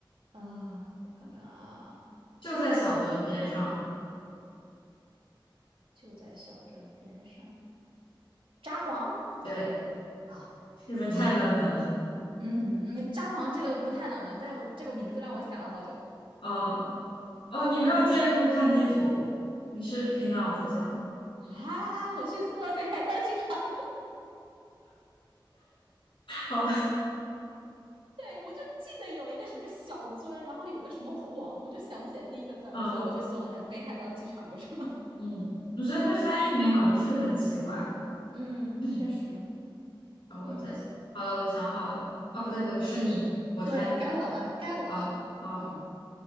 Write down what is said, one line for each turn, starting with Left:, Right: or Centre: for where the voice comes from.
Right: 啊，我看看啊。
Left: 就在小樽边上，
Right: 就在小镇边上。札幌，
Left: 对，
Right: 好，
Left: 是不是太冷门了？
Right: 嗯嗯嗯，札幌这个不太冷门，但是我这个名字让我想了好久。
Left: 哦哦，你没有借助看地图，
Right: 对，
Left: 你是凭脑子想的，
Right: <laughs> 啊，我去搜了北海道机场，
Left: 好吧？
Right: <laughs> 对，我就记得有一个什么小樽，然后有个什么幌，我就想不起来第一个字儿，
Left: 嗯。
Right: 所以我去搜了一下北海道机场有什么。
Left: 嗯，我觉得那翻译名好像是很奇怪。
Right: <laughs> 嗯，
Left: <clears throat>
Right: 确实，
Left: 好，我再想，
Right: 嗯，
Left: 好了，我想好了。哦，不对，不对，是你，我猜你
Right: 对，该我了，该我了。
Left: 好，好，
Right: 嗯，